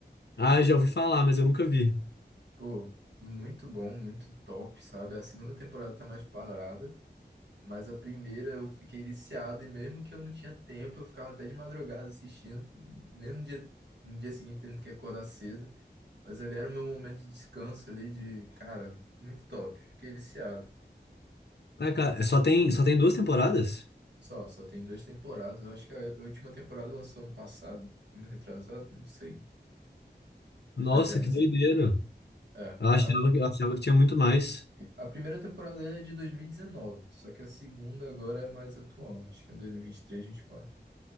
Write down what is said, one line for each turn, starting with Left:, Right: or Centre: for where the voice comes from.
Left: Ah, já ouvi falar, mas eu nunca vi.
Right: Pô, muito bom, muito top, sabe? A segunda temporada tá mais parada, mas a primeira eu fiquei viciado, e mesmo que eu não tinha tempo, eu ficava até de madrugada assistindo, mesmo no dia, no dia seguinte tendo que acordar cedo, mas ali era o meu momento de descanso ali, de, cara, muito top, fiquei viciado.
Left: Ah, cara, só tem, só tem duas temporadas?
Right: Só, só tem duas temporadas. Eu acho que a última temporada lançou ano passado, ano retrasado, não sei.
Left: Nossa,
Right: Mas é recente.
Left: que doideira.
Right: É.
Left: Eu achava
Right: A,
Left: que, eu achava que tinha muito mais.
Right: a primeira temporada é de 2019, só que a segunda agora é mais atual. Acho que é 2023, 24.